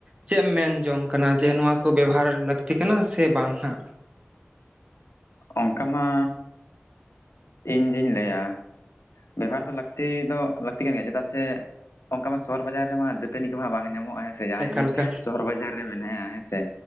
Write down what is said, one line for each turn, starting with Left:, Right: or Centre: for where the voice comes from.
Right: ᱪᱮᱫ ᱮᱢ ᱢᱮᱱ ᱡᱚᱝ ᱠᱟᱱᱟ ᱱᱚᱣᱟ ᱠᱚ ᱵᱮᱵᱚᱦᱟᱨ ᱞᱟᱹᱠᱛᱤ ᱠᱟᱱᱟ ᱥᱮ ᱵᱟᱝ ᱦᱟᱸᱜ?
Left: ᱚᱱᱠᱟ ᱢᱟ ᱤᱧ ᱫᱩᱧ ᱞᱟᱹᱭᱟᱼᱼ ᱵᱮᱵᱷᱟᱨ ᱫᱚ ᱞᱟᱹᱠᱛᱤ ᱫᱚ ᱞᱟᱹᱠᱛᱤ ᱠᱟᱱ ᱜᱮᱭᱟ ᱪᱮᱫᱟᱜ ᱥᱮᱼᱼ ᱚᱱᱠᱟ ᱢᱟ ᱥᱚᱦᱚᱨ ᱵᱟᱡᱟᱨ ᱨᱮᱢᱟ ᱫᱟᱹᱛᱟᱹᱱᱤ ᱠᱚᱢᱟ ᱵᱟᱝ ᱧᱟᱢᱚᱜ-ᱟ᱾ ᱥᱮ ᱡᱟᱦᱟᱸᱭ
Right: ᱮᱠᱟᱞ
Left: ᱡᱩᱫᱤ
Right: ᱮᱠᱟᱞ
Left: ᱥᱚᱦᱚᱨ ᱵᱟᱡᱟᱨ ᱨᱮ ᱢᱮᱱᱟᱭᱟ ᱦᱮᱸᱥᱮ